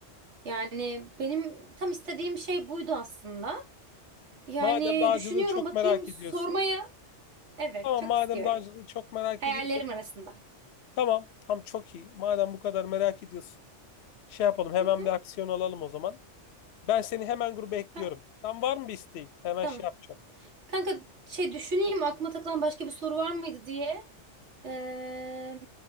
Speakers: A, on the right; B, on the left.
A: Yani benim tam istediğim şey buydu aslında. Yani
B: Madem dağcılığı
A: düşünüyorum
B: çok
A: bakayım
B: merak
A: sormaya.
B: ediyorsun.
A: Evet
B: Tamam
A: çok
B: madem
A: istiyorum.
B: dağcılığı çok merak
A: Hayallerim
B: ediyorsun.
A: arasında.
B: Tamam tam çok iyi. Madem bu kadar merak ediyorsun. Şey yapalım hemen
A: Hı hı.
B: bir aksiyon alalım o zaman. Ben seni hemen gruba ekliyorum.
A: Ha,
B: Tam var mı bir isteğin? Hemen
A: tamam.
B: şey yapacağım.
A: Kanka şey düşüneyim aklıma takılan başka bir soru var mıydı diye. Ee,